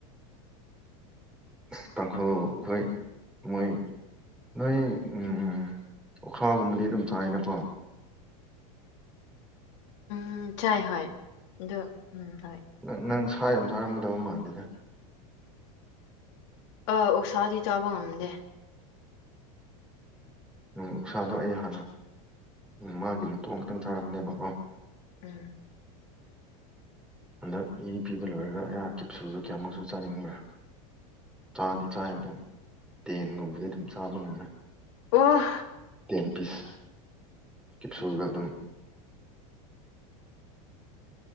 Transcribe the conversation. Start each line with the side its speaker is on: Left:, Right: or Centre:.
Centre: ꯑꯁ ꯇꯥꯡꯈꯨꯜ ꯈꯣꯏ ꯃꯣꯏ ꯅꯣꯏ ꯎꯝ ꯑꯣꯛꯁꯥꯒꯨꯝꯕꯗꯤ ꯑꯗꯨꯝ ꯆꯥꯏꯅꯀꯣ
Left: ꯎꯝ ꯆꯥꯏ ꯍꯣꯏ ꯑꯗꯣ ꯎꯝ ꯍꯣꯏ
Centre: ꯅꯪ ꯅꯪ ꯁꯥ ꯌꯥꯝ ꯆꯥꯔꯝꯒꯗꯕ ꯃꯥꯟꯗꯦꯗ
Left: ꯑ ꯑꯣꯛꯁꯥꯗꯤ ꯆꯥꯕ ꯉꯝꯗꯦ
Centre: ꯎꯝ ꯑꯣꯛꯁꯥꯗꯣ ꯑꯩ ꯍꯥꯟꯅ ꯃꯥꯒꯤ ꯃꯇꯣꯡ ꯉꯇꯪ ꯆꯥꯔꯝꯕꯅꯦꯕꯀꯣ
Left: ꯎꯝ
Centre: ꯍꯟꯗꯛ ꯏ ꯄꯤꯕ ꯂꯣꯏꯔꯒ ꯑꯩꯍꯥꯛ ꯀꯦꯞꯁꯨꯜꯗꯨ ꯀꯌꯥꯃꯨꯛꯁꯨ ꯆꯥꯅꯤꯡꯕ꯭ꯔꯥ ꯄꯥꯗꯤ ꯆꯥꯏ ꯑꯗꯨꯝ ꯇꯦꯟꯒꯨꯝꯕꯗꯤ ꯑꯗꯨꯝ ꯆꯥꯕ ꯉꯝꯃꯦ
Left: ꯑꯣ
Centre: ꯇꯦꯟ ꯄꯤꯁ ꯀꯦꯞꯁꯦꯜꯒ ꯑꯗꯨꯝ